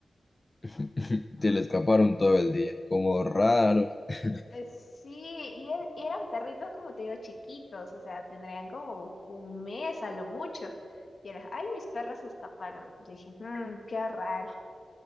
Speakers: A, on the left; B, on the left.
A: <laughs> Se le escaparon todo el día, como raro. <laughs>
B: Eh, Sí, y, e- y eran perritos, como te digo, chiquitos, o sea, tendrían como un mes a lo mucho. Y era, ay, mis perros se escaparon. Yo dije, "Mm, qué raro.